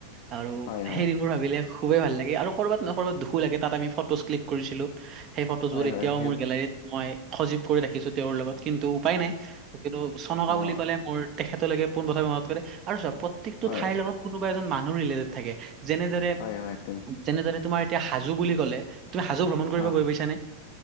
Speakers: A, on the right (about 35°); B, on the left (about 45°).
A: আৰু
B: হয়, হয়,
A: সেই দিনবোৰ ভাবিলে খুবেই ভাল লাগে আৰু কৰবাত-কৰবাত, দুখো লাগে তাত আমি ফটোজ ক্লিক কৰিছিলো। সেই ফটোজবোৰ
B: হয়,
A: এতিয়াও
B: হয় সেইবোৰ
A: মোৰ গেলাৰীত, মই সজীৱ কৰি ৰাখিছোঁ তেওঁৰ লগত। কিন্তু উপায় নাই, কিন্তু চনকা
B: অ'
A: বুলি ক'লে মোৰ তেখেতলৈকে পোনপ্ৰথমে মনত পৰে আৰু চাওঁ প্ৰত্যেকটো
B: হয়
A: ঠাইৰ লগত কোনোবা এজন মানুহ ৰিলেটেড থাকে, যেনেদৰে-যেনেদৰে
B: হয় হয় তুমি
A: তোমাৰ এতিয়া হাজো বুলি ক'লে তুমি হাজো ভ্ৰমণ কৰিব
B: অহ,
A: গৈ পাইছানে?